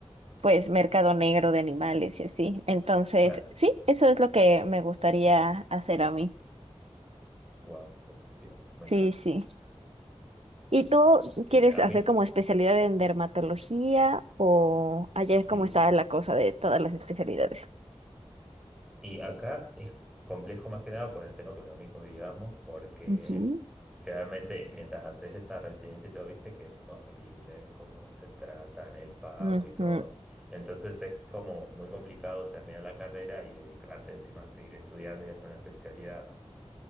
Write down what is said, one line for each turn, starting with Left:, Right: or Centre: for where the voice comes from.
Right: pues mercado negro de animales y así. Entonces,
Centre: claro.
Right: sí, eso es lo que me gustaría hacer a mí.
Centre: Wow, me
Right: Sí,
Centre: encanta.
Right: sí. ¿Y tú
Centre: Eh,
Right: quieres
Centre: a
Right: hacer
Centre: mí,
Right: como especialidad en dermatología o ayer
Centre: sí.
Right: cómo estaba la cosa de todas las especialidades?
Centre: Y acá es complejo más que nada por el tema económico, digamos, porque
Right: Ujú,
Centre: generalmente mientras haces esa residencia y todo, viste que es horrible cómo te tratan, el pago
Right: ujú,
Centre: y todo. Entonces es como muy complicado terminar la carrera y dedicarte encima a seguir estudiando y hacer una especialidad